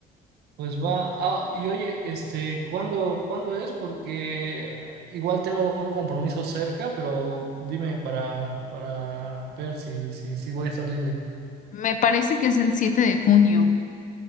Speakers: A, on the right; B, on the left.
A: Pues va, ah, y oye, este, ¿cuándo, cuándo es? Porque igual tengo un compromiso cerca, pero dime para, para ver si, si, si voy a estar libre.
B: Me parece que es el 7 de junio.